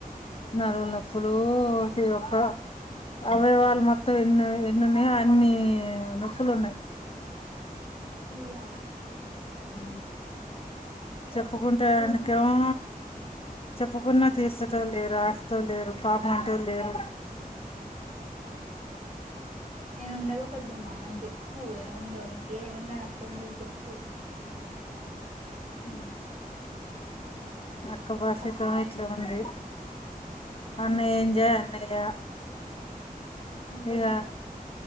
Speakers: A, on the left; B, on the right.
A: నడువ న పలు ఒక్క అవేవాళ మొత్తం ఎన్న అన్ని తులన్నాయి
B: ఇయా
A: హ చెప్పుకుంటే
B: చూయి
A: వెనికేమో చెప్పుకున్నా తీర్చటో లేరు ఆస్తుతో లేరు పాపమంటూ లేరు
B: నేను ఉన్నాగా పెద్దమ్మా చెప్పు ఏముందో నీక ఏమున్నా నాకు ఫోన్ చేసి చెప్పు
A: ఉ అక్క భాషితమే
B: అస్
A: చో అడే అన్న ఏంజా అన్నయ
B: ఆమెకి
A: లేగా